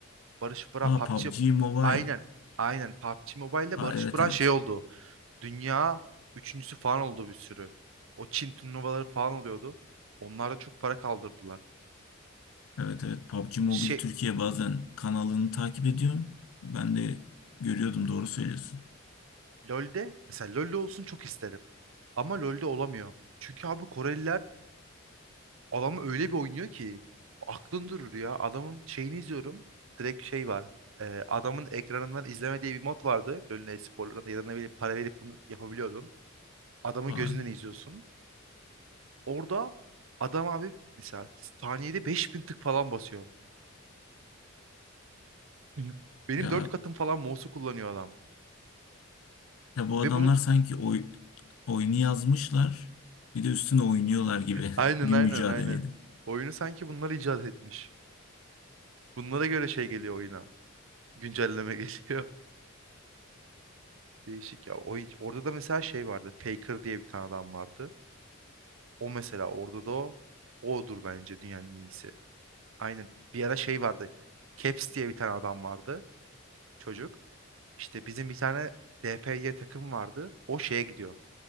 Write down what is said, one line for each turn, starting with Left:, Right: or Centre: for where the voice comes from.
Right: Barış Bıra
Left: Ha
Right: PUBG.
Left: PUBG Mobile.
Right: Aynen. Aynen PUBG Mobile'de
Left: Ha
Right: Barış
Left: evet
Right: Bıra
Left: evet.
Right: şey oldu. Dünya üçüncüsü falan oldu bir sürü. O Çin turnuvaları falan oluyordu. Onlar da çok para kaldırdılar.
Left: Evet evet PUBG Mobile
Right: Şey
Left: Türkiye bazen kanalını takip ediyorum. Ben de görüyordum doğru söylüyorsun.
Right: LoL'de mesela LoL'de olsun çok isterim. Ama LoL'de olamıyor. Çünkü abi Koreliler adamı öyle bir oynuyor ki aklın durur ya. Adamın şeyini izliyorum. Direkt şey var. Ee, adamın ekranından izleme diye bir mod vardı. LoL'ün e-sporlarında ya da ne bileyim para verip bunu yapabiliyordun. Adamın
Left: Ay
Right: gözünden izliyorsun. Orada adam abi mesela saniyede 5000 tık falan basıyor. Hı. Benim
Left: ya
Right: 4 katım falan mouse'u kullanıyor adam.
Left: ya bu adamlar
Right: Ve bunu
Left: sanki oy, oyunu yazmışlar bir de üstüne oynuyorlar gibi
Right: aynen
Left: <laughs> bir
Right: aynen
Left: mücadeleydi.
Right: aynen. Oyunu sanki bunlar icat etmiş. Bunlara göre şey geliyor oyuna. Güncelleme <laughs> geliyor. Değişik ya. O, orada da mesela şey vardı. Faker diye bir tane adam vardı. O mesela orada da o. Odur bence dünyanın en iyisi. Aynen. Bir ara şey vardı. Caps diye bir tane adam vardı. Çocuk. İşte bizim bir tane DPY takım vardı. O şeye gidiyor.